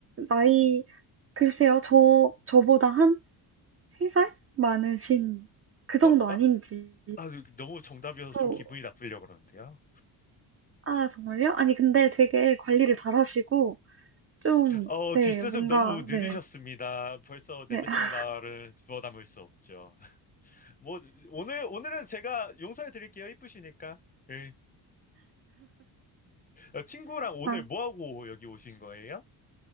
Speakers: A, on the right (about 35°); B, on the left (about 20°).
A: 나이, 글쎄요, 저, 저보다 한 3살 많으신 그 정도
B: 어, 아,
A: 아닌지
B: 아, 그 너무 정답이어서
A: 또
B: 좀 기분이 나쁘려고 그러는데요.
A: 아 정말요? 아니 근데 되게 관리를 잘하시고 좀
B: 어,
A: 네
B: 뒷수습
A: 뭔가
B: 너무 늦으셨습니다.
A: 네
B: 벌써 내뱉은
A: 네
B: 말은 주워 담을 수 없죠. 뭐, 오늘, 오늘은 제가 용서해 드릴게요. 이쁘시니까. 예. 어, 친구랑 오늘
A: 아
B: 뭐 하고 여기 오신 거예요?